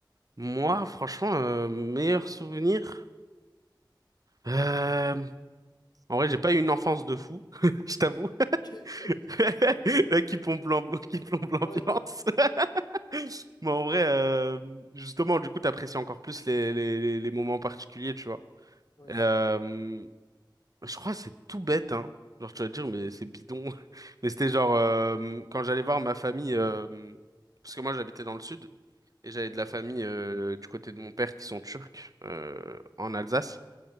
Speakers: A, on the right; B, on the left.
A: Moi,
B: Ouais,
A: franchement, euh, meilleur souvenir. Euh, En vrai, j'ai pas eu une enfance de fou, <laughs> je t'avoue.
B: <laughs> Ok.
A: <laughs> Là, qui plombe l'am- qui plombe l'ambiance.
B: Ouais, de
A: <laughs> Mais en vrai, euh, justement, du coup, t'apprécies encore plus les, les, les, les moments particuliers, tu vois.
B: Oui,
A: Euh,
B: c'est vrai.
A: Je crois que c'est tout bête, hein. Genre, tu vas te dire, mais c'est bidon. <laughs> Mais c'était genre, euh, quand j'allais voir ma famille, euh, parce que moi j'habitais dans le sud, et j'avais
B: Ok.
A: de la famille euh, du côté de mon père qui sont turcs, euh, en Alsace.